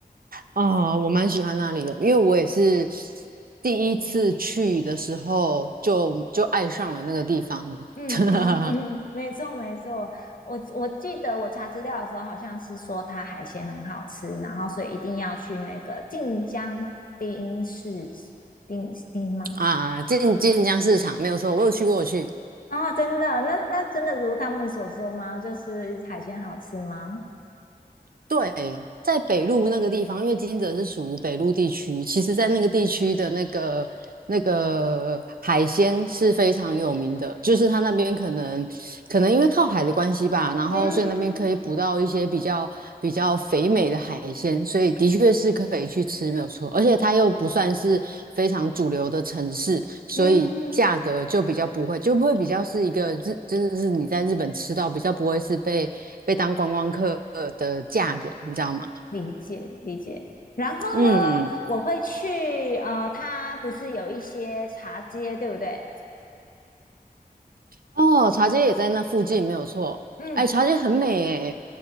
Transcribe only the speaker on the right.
啊，我蛮喜欢那里的，因为我也是第一次去的时候就就爱上了那个地方
<laughs>
啊，晋晋江市场没有错，我有去过，我去。
对，在北路那个地方，因为金泽是属于北路地区，其实，在那个地区的那个那个海鲜是非常有名的，就是它那边可能可能因为靠海的关系吧，然后所以那边可以捕到一些比较比较肥美的海鲜，
所以的确是可以去吃，没有错。而且它又不算是非常主流的城市，所以价格就比较不会，
就不会比较是一个日，真的是你在日本吃到比较不会是被。被当观光客的价格，你知道吗？
嗯，
哦，茶街也在那附近，没有错。
哎，茶街很美诶，